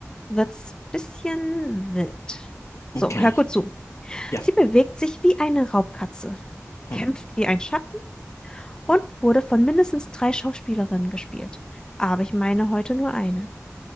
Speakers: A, on the left; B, on the left.
A: wird's bisschen wild. So,
B: Okay.
A: hör gut zu.
B: Ja.
A: Sie bewegt sich wie eine Raubkatze,
B: Hm.
A: kämpft wie ein Schatten und wurde von mindestens drei Schauspielerinnen gespielt. Aber ich meine heute nur eine.